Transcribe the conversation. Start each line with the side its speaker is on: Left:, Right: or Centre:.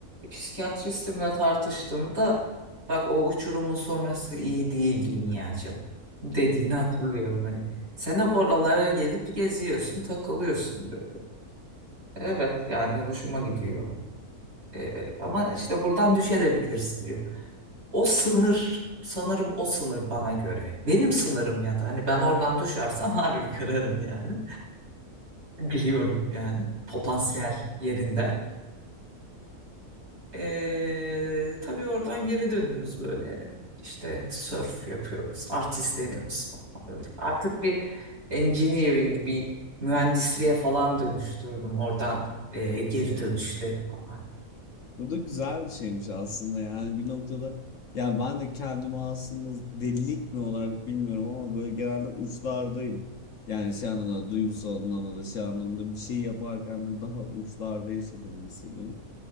Right: psikiyatristimle tartıştığımda bak o uçurumun sonrası iyi değil dünyacığım dediğini hatırlıyorum hani. Sen hep oralara gelip geziyorsun, takılıyorsun dedi. Evet yani hoşuma gidiyor. Ee, ama işte buradan düşebilirsin diyor. O sınır sanırım o sınır bana göre. Benim sınırım ya da hani ben oradan düşersem <laughs> harbi kararım yani. Biliyorum yani potansiyel yerinde. Ee, tabii oradan geri dönüyoruz böyle. İşte surf yapıyoruz, artistleniyoruz falan böyle. Artık bir engineering, bir mühendisliğe falan dönüştürdüm oradan ee, geri dönüşleri falan.
Left: Bu da güzel bir şeymiş aslında yani bir noktada ya ben de kendimi aslında delilik mi olarak bilmiyorum ama böyle genelde uçlardayım. Yani şey anlamda duygusal anlamda da şey anlamda bir şey yaparken de daha uçlarda yaşadığımı hissediyorum.